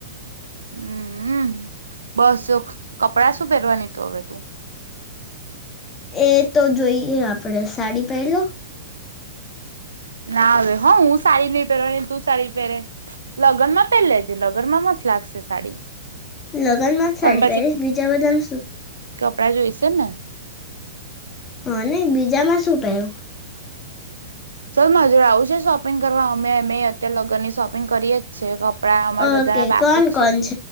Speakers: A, on the right (about 85°); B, on the left (about 25°).
A: હમ્મ બસ જો કપડા શું પહેરવાની તો હવે તું.
B: એ તો જોઈએ આપણેે સાડી પહેરલો.
A: ના હવે. હા હું સાડી નઈ પહેરવા તું સાડી પહેરે લગ્નમાં. પેલેજ લગરમાં મસ્. ફ્લાકસ સે સાડી.
B: લગ્નમાં જ
A: પણ
B: સાડી પેલીસ બીજા બધાનુ શું.
A: રા જોયસે ને.
B: હાને બીજામાં શું પહેરું.
A: ચાલ મજુર આવું છે શોપિંગ કરવા અમે અમે અત્યારે લગ્ન ની શોપિંગ કરીએ જ છે. કપડાં અમારા
B: ઓકે
A: બધાના બાકી
B: કોણ
A: જ
B: કોણ
A: છે
B: છ?